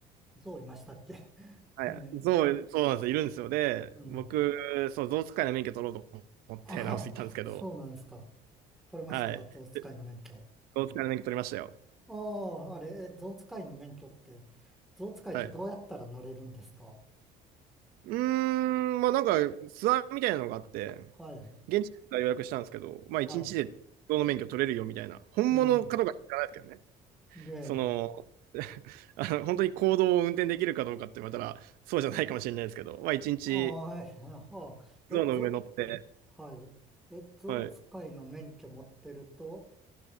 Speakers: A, in the centre; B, on the right.
A: ゾウいましたっけ <laughs>
B: はい。
A: ええ、
B: 象、そうなんですよ、いるんですよ。で、
A: うん。
B: 僕、そう、象使いの免許取ろうと思ってラオス行ったんですけど、
A: ああ、そうなんですか。取れました、
B: はい。
A: ゾウ使いの免許。
B: で象使いの免許取りましたよ。
A: ああ、あれ、え象使いの免許って、象使いってどうやったらなれるんですか
B: はい。うーん、まあなんか、ツアーみたいなのがあって、
A: はい、
B: 現地から予約したんですけど、まあ一日で象の免許取れるよみたいな、
A: はい、
B: 本物かどうか知らないですけどね。
A: うん。で、
B: その、<laughs> あの本当に公道を運転できるかどうかって言われたら、そうじゃないかもしれないですけど、まあ一日、
A: ああ、え、はあ、
B: 象の上乗って、
A: え、象、はい。え、象使いの免許持ってると、
B: はい、